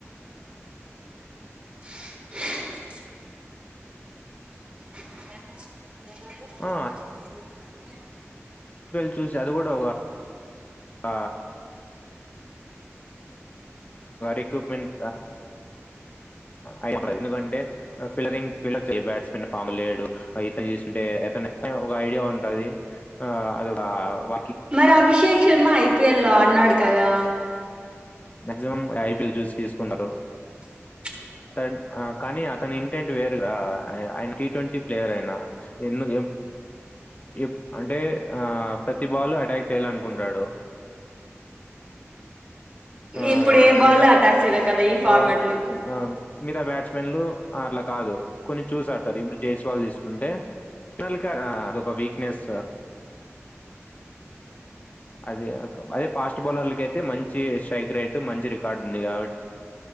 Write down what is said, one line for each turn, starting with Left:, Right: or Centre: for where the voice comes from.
Right: బ్లాంక్ బ్లాంక్ <inaudible>
Left: ఆ ఐపీఎల్ చూసి అది కూడ ఒగ ఆ రిక్రూట్మెంట్ అయింది ఎందుకంటే ఫిలవింగ్ ఫిల్లప్ చేయి బ్యాట్స్ ఫాముల లేడు ఇతను చేస్తుంటే అత ఒక ఐడియా ఉంటది అది అదొక అ
Right: మరి అభిషేక్ శర్మ ఐపిఎల్ లో ఆడినాడు కదా
Left: మక్సిమం ఐపీఎల్ చూసి తీసుకున్నరు
Right: బ్లాంక్
Left: టెన్ కానీ అతని ఇంటెంట్ వేరుగ ఆయన టీ ట్వంటీ ప్లేయర్ అయిన ఎందుకు ఎప్ అంటే ఆ ప్రతి బాలు అటాక్ చేయాలనుకుంటాడు ఆ
Right: ఇప్పుడు ఏ బాల్
Left: మిగతా
Right: అటాక్ చేయలె కదా ఈ ఫార్మాట్
Left: ఆ
Right: లో ఇప్పుడు
Left: అ మిగతా బ్యాట్స్మెన్లు అట్లకా కాదు కొన్ని చూసాడతారు ఇప్పుడు జైస్వాల్ తీసుకుంటే <unintelligible> అదొక వీక్నెస్ అదే అదే ఫాస్ట్ బౌలర్లకయితే మంచి స్ట్రైక్ రైటు మంచి రికార్డు ఉంది కాబ